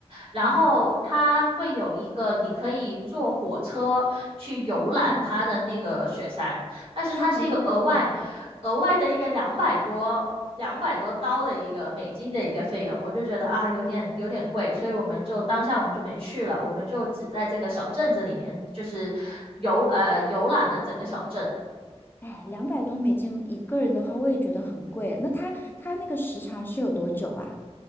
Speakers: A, on the right; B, on the left.
A: 然后它会有一个你可以坐火车去游览它的那个雪山，
B: 嗯，哦，
A: 但是它是一个额外
B: 哎，感觉这个很棒。
A: 额外的一个两百多两百多刀的一个美金的一个费用，我就觉得啊有点有点贵，所以我们就当下我们就没去了，我们就只在这个小镇子里面就是游呃游览了整个小镇。
B: 哎，两百多美金一个人的话，我也觉得很贵。那他他那个时长是有多久啊？